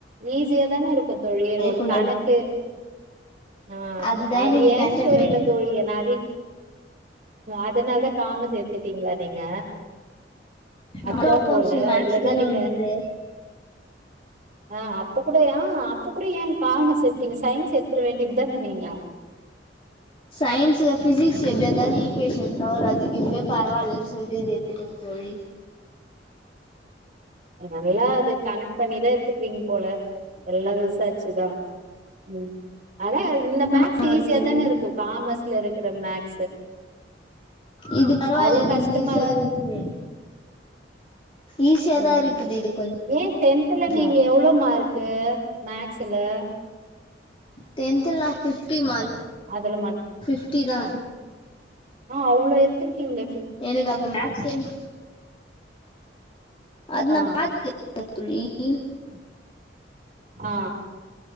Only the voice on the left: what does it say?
கொஞ்ச
அதுதா
எனக்கு
கஷ்டமே
அக்காக்கு கொஞ்சோ
மேக்ஸ்
தான
வருது
சயின்ஸ்ல பிசிக்ஸ்ல எப்டியா இருந்தாலும் ஈக்வேஷன்ஸ் எல்லாம் வரும் அதுக் இதுவே பரவாயில்ன்னு சொல்லிட்டு இது எத்துட்டுடேன் தோழி
ஆமா
தோழி
இது பரவாயில்ல
இது
கொஞ்சோ ஈசியா இருக்கு ஈஸியா
தா இருக்குது இது
கொஞ்சோ
டென்த்ல நா ஃபிப்டி மார்க்
ஃபிப்டி தா
எனக்கு அப்ப மேக்ஸ்ஸு <inaudible> அது நா
பாத்து <unintelligible>